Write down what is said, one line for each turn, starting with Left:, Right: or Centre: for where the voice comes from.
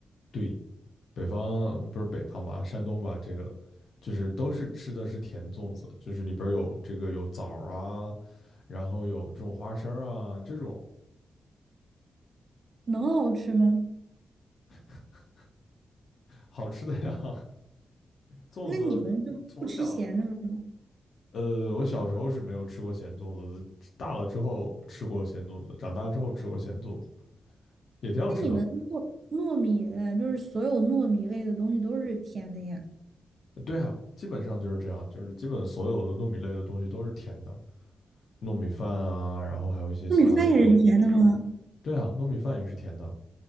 Left: 对，北方不是北方吧，山东吧，这个就是都是吃的是甜粽子，就是里边有这个有枣啊，然后有这种花生啊，这种
Right: 能好吃吗？
Left: <laughs> 好吃的呀。粽子从小，
Right: 那你们就不吃咸的吗？
Left: 呃，我小时候是没有吃过咸粽子的，大了之后吃过咸粽子，长大之后吃过咸粽子，也挺好吃的。
Right: 那你们糯糯米，呃，就是所有糯米类的东西都是甜的呀？
Left: 对啊，基本上就是这样，就是基本所有的糯米类的东西都是甜的，糯米饭啊，然后还有一些其他的这种。
Right: 糯米饭也是甜的吗？
Left: 对啊，糯米饭也是甜的，